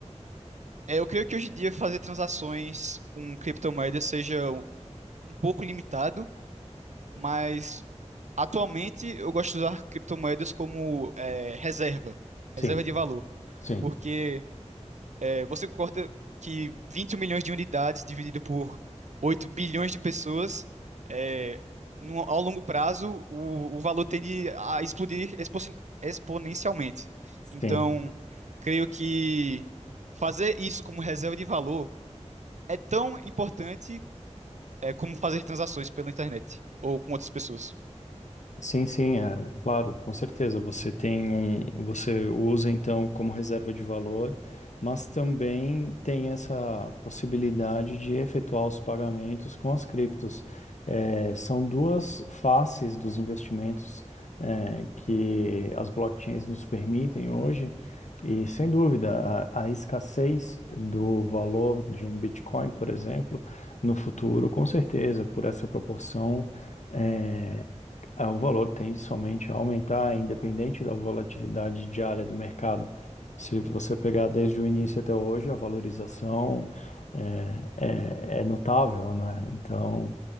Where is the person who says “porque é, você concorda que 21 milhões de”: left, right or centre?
Right